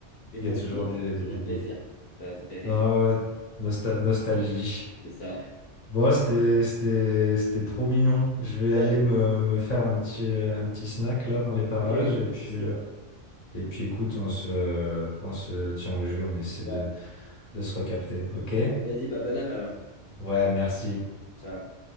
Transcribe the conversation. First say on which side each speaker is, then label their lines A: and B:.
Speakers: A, on the left; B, on the left.
A: Les
B: il
A: bons
B: y a toujours
A: souvenirs,
B: des,
A: ça fait
B: des
A: toujours
B: pépites.
A: plaisir. Ça, ça fait rire.
B: Ah ouais, nosta- nostalgie.
A: C'est ça.
B: Bon, c'était, c'était, c'était trop mignon. Je vais
A: <laughs>
B: aller me, me faire un petit, euh, un petit snack là dans les parages.
A: Ok, ok,
B: Et
A: pas
B: puis,
A: de souci,
B: euh,
A: ouais.
B: et puis écoute, on se, on se tient au jeu, on essaie de,
A: Ouais.
B: de se recapter. OK?
A: Vas-y, bah, bonne app alors.
B: Ouais, merci.
A: Ciao.